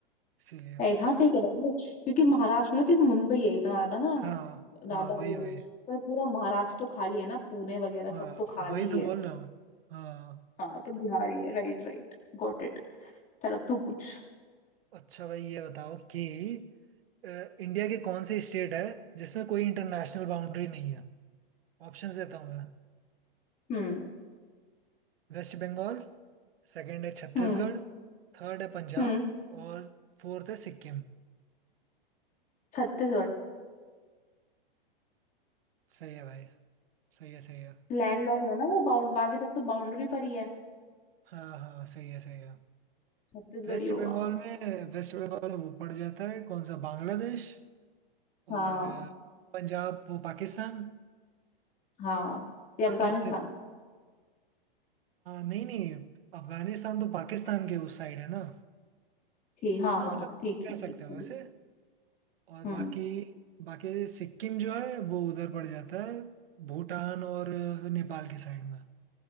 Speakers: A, on the right; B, on the left.
A: इसीलिए
B: Right हाँ सही कह रहे हो क्योंकि महाराष्ट्र में सिर्फ मुंबई है इतना ज्यादा ना
A: हाँ
B: ज्यादा
A: हाँ वही
B: ये
A: वही
B: पर पूरा महाराष्ट्र तो खाली है ना पुणे वगैरह
A: हाँ
B: सब तो खाली
A: वही
B: ही
A: तो
B: है
A: बोल रहा हूँ हाँ
B: हाँ तो बिहार ही है Right right got it चलो अब तू पूछ
A: अच्छा भाई ये बताओ कि अ, इंडिया के कौन से स्टेट है जिसमें कोई इंटरनेशनल बाउंड्री नहीं है ऑप्शंस देता हूँ मैं
B: हम्म
A: वेस्ट बंगाल सेकंड है छत्तीसगढ़
B: हम्म
A: थर्ड है पंजाब
B: हम्म
A: और फोर्थ है सिक्किम
B: छत्तीसगढ़
A: सही है भाई सही है सही है
B: लैंड लॉक है ना वो बाउंड बाकी सब तो बाउंड्री पर ही है
A: हाँ हाँ सही है सही है
B: छत्तीसगढ़
A: वेस्ट
B: ही होगा
A: बंगाल में वेस्ट बंगाल में वो पड़ जाता है कौन सा बांग्लादेश
B: हाँ
A: और अ, पंजाब वो पाकिस्तान
B: हाँ ये अफगानिस्तान
A: पाकिस्तान नहीं नहीं अफगानिस्तान तो पाकिस्तान के उस साइड है ना
B: ठीक हाँ
A: हाँ
B: हाँ
A: मतलब
B: हाँ ठीक ठीक
A: कह
B: ठीक
A: सकते हो
B: ठीक।
A: वैसे और
B: हम्म
A: बाकी बाकी सिक्किम जो है वो उधर पड़ जाता है भूटान और अ, नेपाल की साइड में